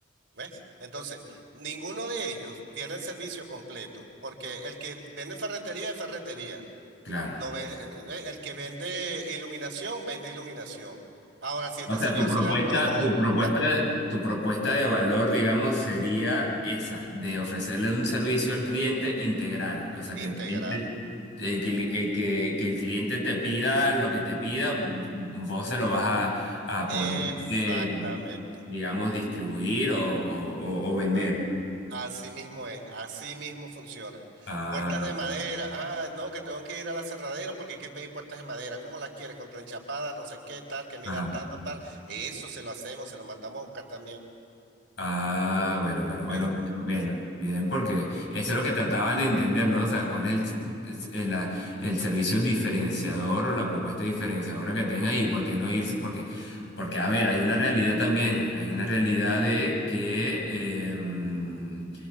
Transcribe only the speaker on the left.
claro.
O
sea,
tu propuesta,
tu propuesta,
tu propuesta de valor, digamos, sería esa, de ofrecerle un servicio al cliente integral. O sea,
que el cliente, eh, que, el eh, que- que el cliente te pida lo que te pida, vos se lo vas a, a poder,
eh, digamos, distribuir o, o- o- o vender.
Ah,
ajá.
Ah, bueno, bueno, bueno,
bien,
bien, porque eso es lo que trataban de entender, ¿no? O sea, cuál es el, es el, la- el servicio diferenciador o la propuesta diferenciadora que tenga y por qué no irse, porque, porque, a ver, hay una realidad también, hay una realidad de que em,